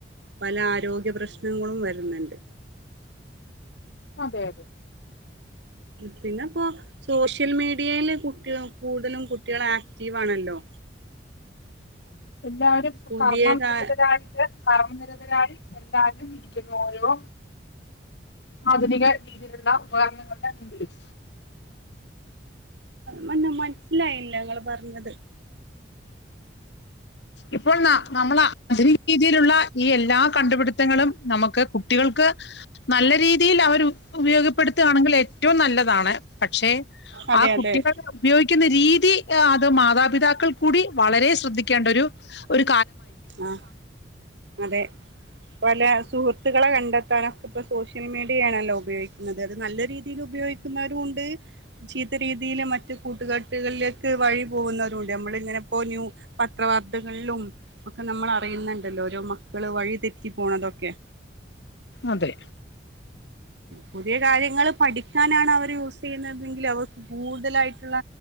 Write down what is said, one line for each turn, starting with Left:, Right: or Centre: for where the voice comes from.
Right: പല ആരോഗ്യ പ്രശ്നങ്ങളും വരുന്നുണ്ട്.
Left: അതെ അതെ.
Right: പിന്നെ ഇപ്പോ സോഷ്യൽ മീഡിയയില് കുട്ടി കൂടുതലും കുട്ടികൾ ആക്റ്റീവ് ആണല്ലോ.
Left: എല്ലരും
Right: പുതിയ
Left: കർമ്മനിരതരായിട്ട്
Right: കാ
Left: കർമ്മനിരതരായി എ <unintelligible> ഇരിക്കുന്ന ഓരോ ആധുനിക രീതിയിലുള്ള ഉപകരണങ്ങളുടെ മുമ്പിലും
Right: മന്ന മനസ്സിലായില്ല ങ്ങള് പറഞ്ഞത്.
Left: ഇപ്പോൾെന്നാ നമ്മള് അത് രീതിയിലുള്ള. ഈ എല്ലാ കണ്ടുപിടുത്തങ്ങളും, നമുക്ക് കുട്ടികൾക്ക് നല്ല രീതിയിൽ അവർ ഉപയോഗപ്പെടുത്തുകയാണെങ്കിൽ ഏറ്റവും നല്ലതാണ്. പക്ഷെ
Right: അതെ
Left: ആ കുട്ടികളെ
Right: അതെ
Left: ഉപ രീതി അത് മാതാപിതാക്കൾ കൂടി വളരെ ശ്രദ്ധിക്ക്. ക്കേണ്ടൊരു ഒരു
Right: ആഹ അതെ പല. സുഹൃത്തുക്കളെ കണ്ടെത്താനൊക്കെ ഇപ്പോ സോഷ്യൽ മീഡിയയാണല്ലോ ഉപയോഗിക്കുന്നത് അത് നല്ല രീതി ഉപയോഗിക്കുന്നവരും ഉണ്ട്. രീതിയിൽ മറ്റ് കൂട്ടു കെട്ടുകളിലേക്ക് വഴി പോകുന്നവരുണ്ട്, നമ്മൾ ഇങ്ങനെപ്പോ ന്യൂ പത്രവാാർത്തകളിലും. ഒക്കെ നമ്മൾ അറിയുന്നുണ്ടല്ലോ, ഓരോ മക്കള് വഴി തെറ്റി പോണതൊക്കെ.
Left: അതെ
Right: പുതിയ കാര്യങ്ങൾ പഠിക്കാനാണ് അവർ യൂസ് ചെയ്യുന്നതെങ്കിൽ, അവർക്ക് കൂടുതലായിട്ടുള്ള